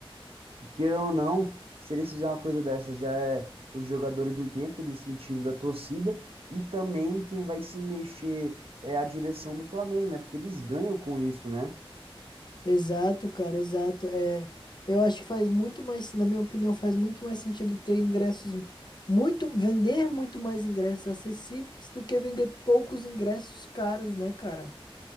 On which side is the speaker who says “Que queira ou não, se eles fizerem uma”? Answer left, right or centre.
Right